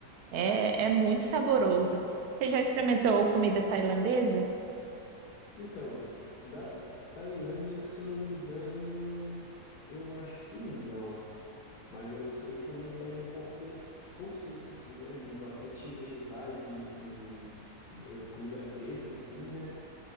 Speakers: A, on the right; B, on the left.
A: É, é muito saboroso. Você já experimentou comida tailandesa?
B: Então, da Tailândia, se eu não me engano, eu acho que não. Mas eu sei que também segue um pouco desse conceito, assim, né? De bastante vegetais e, e, eh, comida fresca, assim, né?